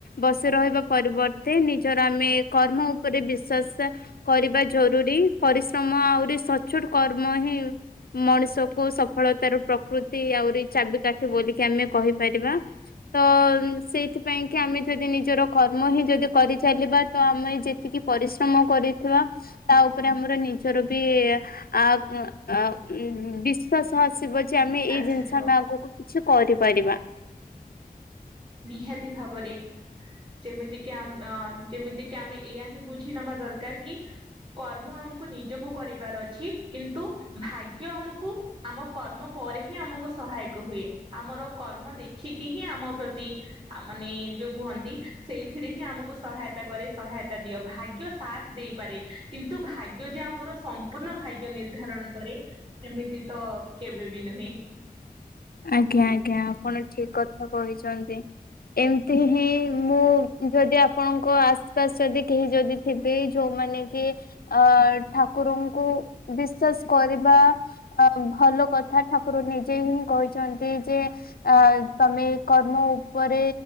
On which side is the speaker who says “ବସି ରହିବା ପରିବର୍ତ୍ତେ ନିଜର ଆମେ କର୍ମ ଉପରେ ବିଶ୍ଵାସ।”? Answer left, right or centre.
Left